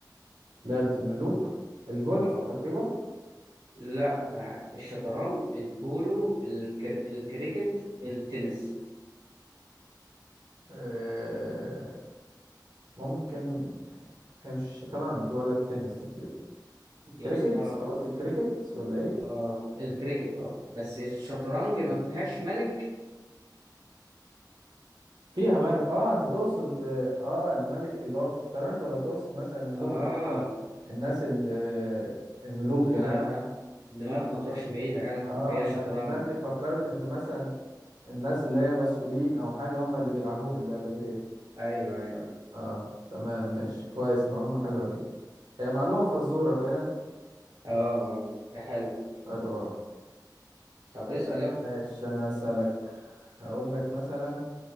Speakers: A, on the right; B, on the right.
A: لعبة الملوك الجولف
B: اه
A: تقريبا
B: لا آه، الشطرنج البولو الكر... الكريكت التنس
A: آه ممكن هي مش شطرنج ولا التنس تقريبا الكريكت
B: يا اسطى
A: انت قلت الكريكت ولا ايه
B: اه الكريكت اه بس الشطرنج ما فيهاش ملك
A: فيها ملك اه انت تقصد اه الملك اللي هو في الشطرنج ولا تقصد مثلا الملوك
B: اه
A: اللي هم الناس ال- الملوك
B: لا
A: يعني
B: لا دماغك ما تروحش بعيد يا جدع
A: اه
B: هي
A: انا
B: الشطرنج
A: دماغي فكرت ان مثلا الناس اللي هي مسؤولين او حاجة هم اللي بيلعبوها اللعبة دي
B: ايوه ايوه
A: اه تمام ماشي كويس معلومة حلوة دي هي معلومة فزورة فاهم
B: اه اه ده حلو
A: حلو أوي.
B: طب اسأل يلا
A: ماشي انا اسالك هقول لك مثلا